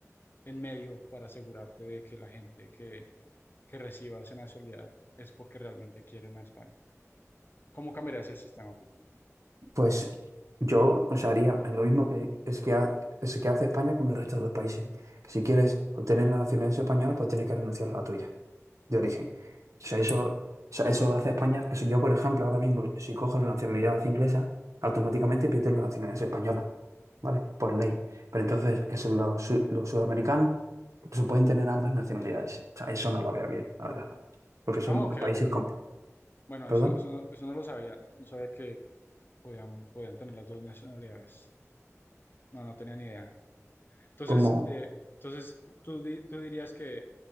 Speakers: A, on the left (about 40°); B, on the right (about 70°).
A: en medio para asegurarte de que la gente que, que reciba esa nacionalidad es porque realmente quieren a España. ¿Cómo cambiarías el sistema tú?
B: Pues yo, o sea, haría lo mismo que, es que, ha- es que hace España con el resto de los países. Si quieres obtener la nacionalidad española, pues tienes que renunciar a la tuya. de origen. O sea, eso, o sea, eso lo hace España. O sea, yo, por ejemplo, ahora mismo, si cojo la nacionalidad inglesa, automáticamente pierdo la nacionalidad española, ¿vale? Por ley. Pero entonces, eso, los, su- los sudamericanos pues, pueden tener ambas nacionalidades. O sea, eso no lo veo bien, la verdad. Porque son
A: Ah, ok,
B: países,
A: ok,
B: con-
A: ok. Bueno,
B: perdón,
A: eso, eso, no, eso no lo sabía, no, no sabía que, que podían, podían tener las dos nacionalidades. No, no tenía ni idea. Entonces,
B: como,
A: eh, entonces tú, di- tú dirías que